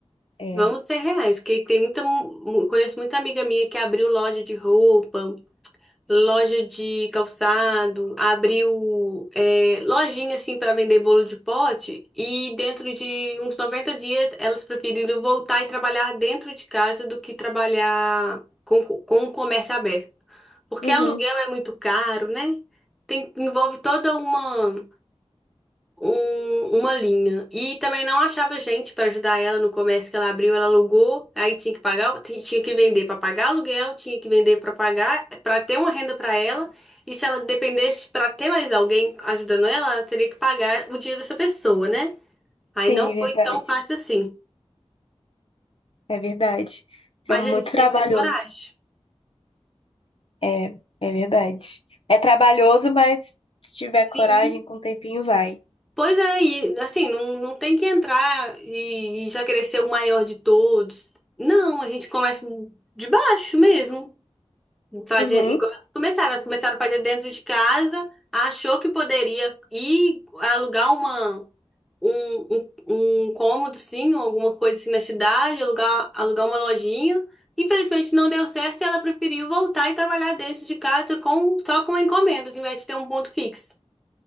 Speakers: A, on the left (about 60°); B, in the centre.
A: é,
B: vamos ser reais, porque tem muita, mu- conheço muita amiga minha que abriu loja de roupa, loja de calçado, abriu é, lojinha assim para vender bolo de pote e dentro de uns 90 dias elas preferiram voltar e trabalhar dentro de casa do que trabalhar com, com o comércio aberto. Porque
A: uhum,
B: aluguel é muito caro, né? Tem, envolve toda uma um- uma linha. E também não achava gente para ajudar ela no comércio que ela abriu, ela alugou, aí tinha que pagar, o- ti- tinha que vender para pagar aluguel, tinha que vender para pagar, para ter uma renda para ela. E se ela dependesse para ter mais alguém ajudando ela, ela teria que pagar o dia dessa pessoa, né? Aí
A: sim,
B: não foi
A: é verdade,
B: tão fácil assim.
A: é verdade.
B: Mas
A: É muito
B: a gente
A: trabalhoso,
B: tem que ter coragem.
A: é, é verdade. É trabalhoso, mas se tiver
B: Sim.
A: coragem, com o tempinho vai.
B: Pois é, e assim, não, não tem que entrar e, e já querer ser o maior de todos. Não, a gente começa de baixo mesmo. Fazer
A: Uhum,
B: igual elas começaram, elas começaram a fazer dentro de casa, achou que poderia ir alugar uma, um, um, um cômodo, assim, ou alguma coisa assim na cidade, alugar, alugar uma lojinha. Infelizmente não deu certo e ela preferiu voltar e trabalhar dentro de casa com, só com encomendas, em vez de ter um ponto fixo.